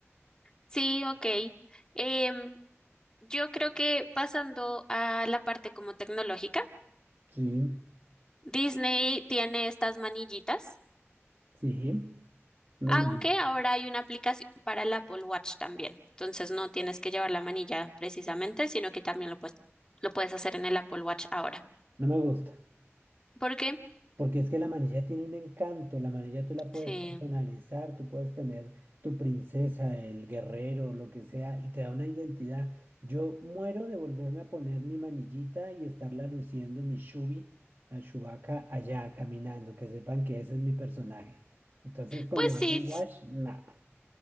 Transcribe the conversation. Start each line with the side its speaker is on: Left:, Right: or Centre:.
Left: sí, ok. Em, yo creo que pasando a la parte como tecnológica,
Right: Sí,
Left: Disney tiene estas manillitas,
Right: sí, no,
Left: aunque
Right: es mal-
Left: ahora hay una aplicación para el Apple Watch también. Entonces no tienes que llevar la manilla precisamente, sino que también lo puedes, lo puedes hacer en el Apple Watch ahora.
Right: no me gusta.
Left: ¿Por qué?
Right: Porque es que la manilla tiene un encanto, la manilla tú la puedes
Left: Sí.
Right: personalizar, tú puedes tener tu princesa, el guerrero, lo que sea, y te da una identidad. Yo muero de volverme a poner mi manillita y estarla luciendo, mi Shubi, la Chewbacca, allá caminando, que sepan que ese es mi personaje. Entonces, con
Left: Pues
Right: lo de
Left: sí,
Right: Apple Watch,
Left: s-
Right: nada.